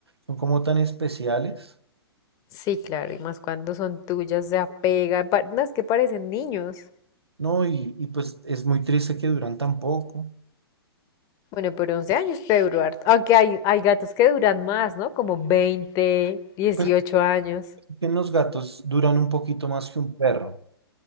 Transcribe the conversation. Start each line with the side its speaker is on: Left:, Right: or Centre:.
Right: son como tan especiales,
Left: Sí, claro, y más cuando son tuyas, se apegan. pa- No, es que parecen niños.
Right: ¿no? Y, y pues es muy triste que duran tan poco.
Left: Bueno, pero 11 años puede durar. Aunque hay, hay gatos que duran más, ¿no? Como 20, 18
Right: Pues
Left: años.
Right: es que los gatos duran un poquito más que un perro.